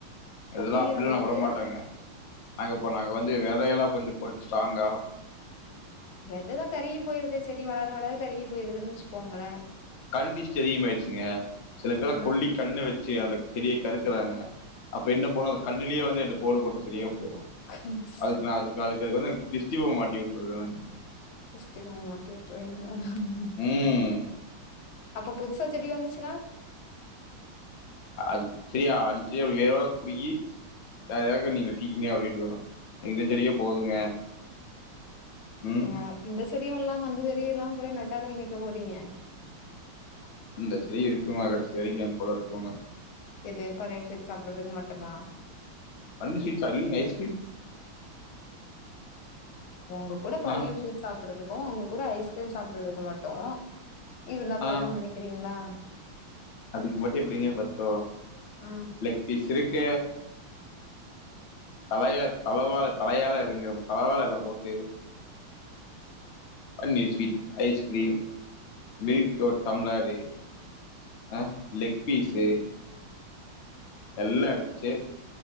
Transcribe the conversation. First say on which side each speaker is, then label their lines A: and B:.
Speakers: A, on the left; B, on the left.
A: இதுலா இதெல்லா
B: அப்டிங்கிற
A: அப்பில்லா நா
B: போது
A: உடமாட்டேங்க நாங்க இப்போ நாங்க வந்து விதையெல்லா கொஞ்சோ போட்டு ஸ்ட்ராங்கா
B: வெததா கருகி போயிருதே செடி வளர வளர கருகி போயிருதுன்னு வச்சுக்கோங்கள
A: கண் திஷ்டி அதிகம் ஆயிச்சிங்க சில பேர
B: ஆ
A: கொல்லி கண்ணு வச்சி அந்த செடிய கறுக்குறாங்க அப்ப என்ன போனு அந்த கண்ணிலேயே வந்து ரெண்டு போடு போட்ட சரியா போயிரு
B: ஆ
A: அதுக் நா அது அதுக்கு அது வந்து திஷ்டி பொம்ம மாட்டி வுட்றதுறாங்க
B: கிஷ்டி பொம்ம மாட்டி விட்ற வேண்டியது தான
A: ம்
B: அப்ப புதுசா செடி வந்துச்சினா
A: அது சரியா அந்த செடிய வேறோட புடுகி வேற யாருக்காவது நீங்க டீயிங்க அப்டின்னுரு இந்த செடியே போதுங்க ம்
B: நீங்க இந்த செடியு இல்லாம அந்த செடிய இல்லாம குற நட்டாத்ல நிக்க போறங்க
A: அந்த செரி இருக்கு கடைசி வரைக்கு ஏ கூட இருக்குங்க
B: எது பன்னீர் ஸ்வீட்ஸ் சாப்றதுக்கு மட்டுமா
A: பன்னீ ஸ்வீட்ஸ் சல்லீங்க ஐஸ்கீரீம்
B: உங்க கூட பன்னீர்
A: ஆ
B: ஸ்வீட்ஸ் சாப்டுறதுக்கு உங்க கூட ஐஸ்கிரீம் சாப்டுறதுக்கு மட்டு இருந்தா
A: ஆ
B: போதும்ன்னு நனைக்கிறீங்களா
A: அதுக்கு மட்டு எப்டிங்க பத்தூ
B: ம்
A: லெக் பீஸ் இருக்க தலைய தவவாழ தலையாழ இளங்கிற தலவாழ எலப் போட்டு பன்னீர் ஸ்வீட் ஐஸ்கிரீம் மில்க் புரோட் டம்ளாரு ஆ லெக் பீஸு எல்லா வெச்சு